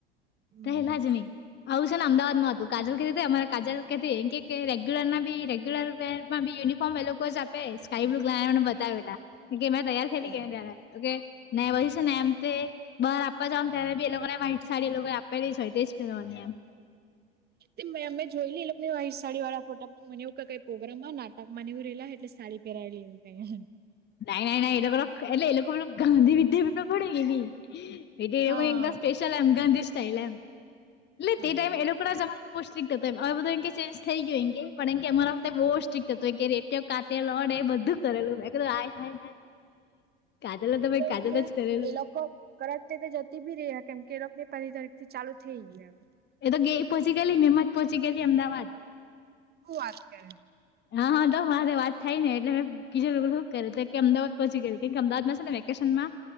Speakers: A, on the right; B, on the left.
A: હમ.
B: પેલા જ નહી આવું છે. ને અમદાવાદ માં હતું કાજલ કીધું અમારે કાજલ કેતી રેગ્યુલર નોગ્યુલર વેર માંથી યુનિફોર્મ એ લોકો જ આપે સ્કાય બ્લુ ને મને બતાવે ના કે કે મેં તૈયાર થયેલી
A: હા
B: કે તરા ઓ ને પછી ને એમ તો બહાર આપવા જાવ ત્યારે બી એ લોકો ને વ્હાઈટ સાાડી એ લોકો આપે પે તેજ પેરવા ની
A: હમ અમે જોયલી એ વાઈટ સાડી વાળા ફોટા મને કહ્યું કે કઈ પ્રોગ્રામ માં નાટક માની. લા એટલે સાડી પહેરાવી લેું ક <unintelligible>
B: નાહી ના ના એ લોકો એટલે એ લોકો પણ ગાંધી વિદ્યા પણ પડે કે ન એ
A: હા
B: એવ એકદમ સ્પેશલ એમ ગાંધી સ્ટાઈલ એમ એટલે
A: હા
B: તે ટાઈમ એ લોકો ના જમાનામાં બહુ સ્ટિકકટહતોવે બધું કે ચેન્જ થઈ ગયું એ કે પણ એ અરાતે બહુ સ્ટિકક્ટ હતું કે રેટયો કાતેને એ બધું કરેલું હાય, હાય, હાય કાજલ ભાઈ
A: તો
B: કાજલ
A: હમણા
B: જ કરેલું
A: એ લોકો કરચ તે તે જતી બી રહ્યા કેમ કે એ લોકો <unintelligible> એ પંહેલી તારીખ થી ચાલુ થઈ ગયું એમ.
B: એ તો ગયે પહોચી ગયેલી નીમત પહોચી ગયેલી અમદાવાદ.
A: હું આજકાલ
B: હા હા તો મારે વાત થાય ને એટલે મેં કીજું શું કરે કે અમદાવાદ પહોચી ગયે કેમ કે અમદાવાદમાં છે. ને વેકેશન માં